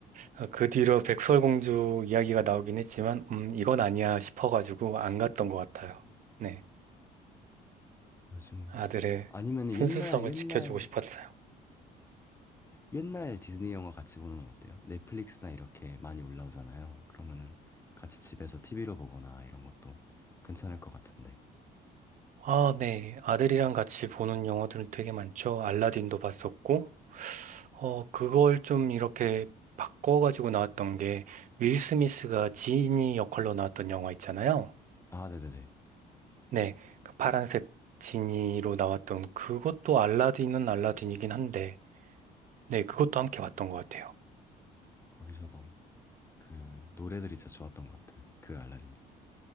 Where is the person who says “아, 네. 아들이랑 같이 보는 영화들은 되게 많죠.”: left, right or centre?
Right